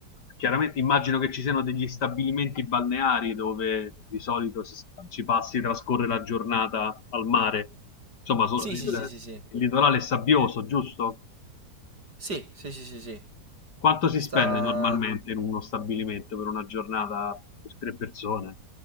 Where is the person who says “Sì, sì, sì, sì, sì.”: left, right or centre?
Right